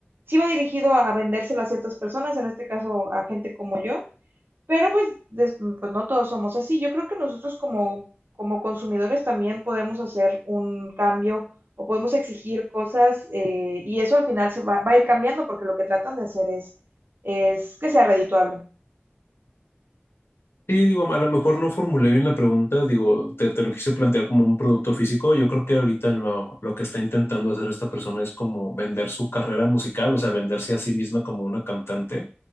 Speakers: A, on the right; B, on the left.
A: sí va dirigido a, a vendérselo a ciertas personas, en este caso a gente como yo. Pero pues, des- pues no todos somos así. Yo creo que nosotros como, como consumidores también podemos hacer un cambio o podemos exigir cosas eh, y eso al final se va, va a ir cambiando porque lo que tratan de hacer es, es que sea redituable.
B: Sí, digo, a lo mejor no formulé bien la pregunta, digo, te, te lo quise plantear como un producto físico. Yo creo que ahorita lo, lo que está intentando hacer esta persona es como vender su carrera musical, o sea, venderse a sí misma como una cantante.